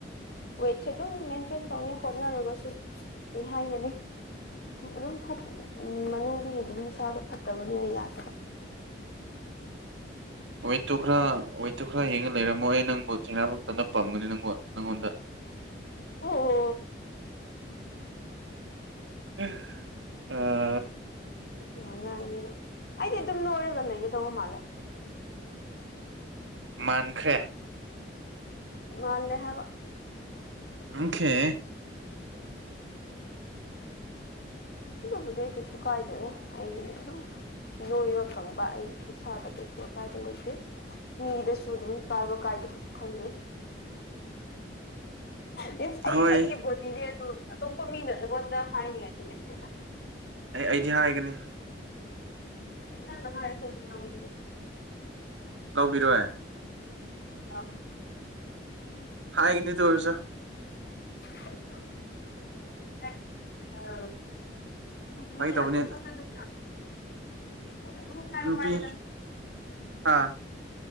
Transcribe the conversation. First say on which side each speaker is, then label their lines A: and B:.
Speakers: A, on the left; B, on the right.
A: ꯋꯦꯠꯁꯦ ꯑꯗꯨꯝ ꯃꯦꯟꯇꯦꯟ ꯇꯧꯅꯤ ꯍꯣꯠꯅꯔꯒꯁꯨ ꯀꯩ ꯍꯥꯏꯒꯅꯤ ꯑꯗꯨꯝ ꯐꯠ ꯎ ꯃꯅꯨꯡꯗꯒꯤꯒꯤ ꯑꯗꯨꯝ ꯏꯁꯥꯗꯣ ꯐꯠꯇꯕꯅꯤꯅ ꯌꯥꯗꯕ
B: <inaudible> ꯋꯦꯠꯇꯨ ꯈꯔ ꯋꯦꯠꯇꯨ ꯈꯔ ꯌꯦꯡꯉ ꯂꯩꯔꯝꯃꯣ ꯑꯩ ꯅꯪꯕꯨ ꯊꯦꯡꯅꯕ ꯃꯇꯝꯗ ꯄꯥꯝꯒꯅꯤ ꯅꯪꯕꯨ ꯅꯪꯉꯣꯟꯗ
A: ꯑꯣ
B: ꯑ <unintelligible>
A: ꯌꯥꯝ ꯉꯥꯡꯉꯦ ꯑꯩꯗꯤ ꯑꯗꯨꯝ ꯅꯣꯏꯔꯒ ꯂꯩꯒꯗꯧꯕ ꯃꯥꯜꯂꯦ
B: ꯃꯥꯟꯈ꯭ꯔꯦ
A: ꯃꯥꯂꯦ ꯍꯥꯏꯕ
B: ꯑꯣꯀꯦ
A: ꯑꯗꯨꯕꯨꯗꯤ ꯑꯩ ꯀꯩꯁꯨ ꯀꯥꯏꯗꯦꯗ ꯑꯩ ꯑꯗꯨꯝ ꯅꯣꯏꯕ ꯈꯪꯕ ꯑꯩ ꯏꯁꯥꯗ ꯀꯩꯁꯨ ꯑꯀꯥꯏꯕ ꯂꯩꯇꯦ ꯃꯤꯗꯁꯨ ꯑꯗꯨꯝ ꯀꯥꯏꯕ ꯀꯥꯏꯗꯕꯁꯨ ꯈꯪꯗꯦ ꯃꯤꯟꯁ ꯑꯩ
B: ꯍꯣꯏ
A: ꯑꯩꯒꯤ ꯄꯣꯢ ꯁꯤꯅꯦ ꯑꯗꯨ ꯑꯇꯣꯞꯄ ꯃꯤꯅ ꯑꯩꯉꯣꯟꯗ ꯍꯥꯏꯅꯤꯡꯉꯥꯏꯗꯤ ꯂꯩꯇꯦꯗ
B: ꯑꯦ ꯑꯩꯗꯤ ꯍꯥꯏꯒꯅꯤ
A: ꯅꯪꯅ ꯍꯥꯢꯔꯁꯨ ꯑꯩꯅ ꯂꯧꯕꯤꯔꯣꯢ
B: ꯂꯧꯕꯤꯔꯣꯏ
A: ꯑꯥ
B: ꯍꯥꯏꯒꯅꯤ ꯑꯗꯨ ꯑꯣꯏꯔꯁꯨ
A: ꯑ <unintelligible>
B: ꯐꯥꯒꯤ
A: ꯃꯤ
B: ꯇꯧꯕꯅꯤ
A: ꯑꯇꯣꯞꯄꯁꯨ <unintelligible> ꯑꯗꯨ ꯑꯗꯨꯗ <unintelligible>
B: ꯅꯨꯄꯤ ꯍꯥ